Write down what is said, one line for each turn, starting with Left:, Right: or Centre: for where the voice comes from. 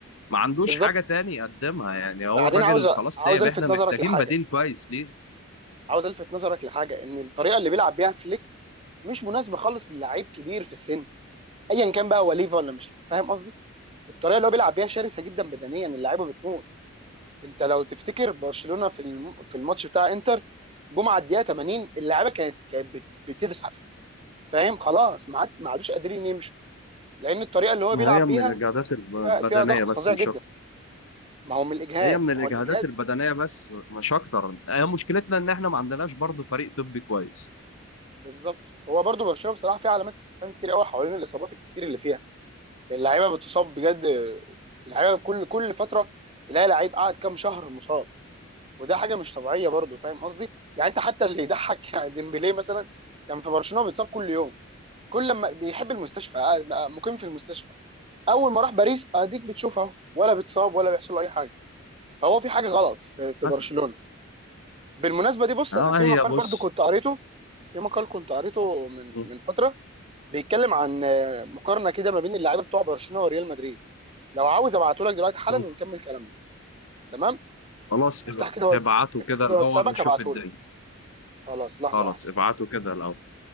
Left: ما عندوش
Right: بالظبط
Left: حاجه تاني يقدمها يعني هو
Right: بعدين
Left: الراجل
Right: عاوز
Left: خلاص
Right: عاوز
Left: تعب
Right: الفت
Left: احنا محتاجين
Right: نظرك لحاجه
Left: بديل كويس ليه
Right: عاوز الفت نظرك لحاجه ان الطريقه اللي بيلعب بيها فليك مش مناسبه خالص للعيب كبير في السن ايا كان بقى هو ليفا ولا مش ليفا. فاهم قصدي الطريقه اللي هو بيلعب بيها شرسه جدا بدنيا اللعيبه بتموت انت لو تفتكر برشلونه في الم... في الماتش بتاع انتر جمعه الدقيقه 80 اللعيبه كانت كانت بت... بتزحف فاهم خلاص ما عاد- ما عادوش قادرين يمشوا لان الطريقه اللي هو
Left: ما
Right: بيلعب
Left: هي من
Right: بيها
Left: الإجهادات الب-
Right: فيها
Left: البدنية
Right: فيها ضغط
Left: بس
Right: فظيع
Left: مش
Right: جدا
Left: أكتر
Right: ما هو من الاجهاد
Left: هي من الإجهادات
Right: ما هو الاجهاد
Left: البدنية بس مش أكتر هي مشكلتنا إن إحنا ما عندناش برضه فريق طبي كويس
Right: بالظبط هو برضو برشلونه بصراحه فيها علامات استفهام كتير قوي حوالين الاصابات الكتير اللي فيها اللعيبه بتصاب بجد اللعيبه كل كل فتره تلاقي لعيب قاعد كام شهر مصاب وده حاجه مش طبيعيه برضو فاهم قصدي يعني انت حتى اللي يضحك <laughs> يعني ديمبلي مثلا كان في برشلونه بيتصاب كل يوم كل لما بيحب المستشفى قاعد مقيم في المستشفى اول ما راح باريس اديك بتشوف اهو ولا بيتصاب ولا بيحصل له اي حاجه فهو في حاجه غلط في في
Left: مثلا
Right: برشلونه بالمناسبه دي بص
Left: أه
Right: انا في
Left: هي
Right: مقال
Left: بص
Right: برضو كنت قريته في مقال كنت قريته من
Left: م-
Right: من فتره بيتكلم عن آه، مقارنه كده ما بين اللعيبه بتوع برشلونه وريال مدريد لو عاوز ابعته لك دلوقتي حالا
Left: م.
Right: ونكمل كلامنا تمام
Left: خلاص
Right: افتح
Left: ابع-
Right: كده وات-
Left: ابعتوا
Right: افتح
Left: كده
Right: كده
Left: الأول
Right: واتسابك
Left: نشوف
Right: هبعته
Left: الدنيا
Right: لك خلاص لحظه
Left: خلاص
Right: واحدة.
Left: ابعتوا كده الأول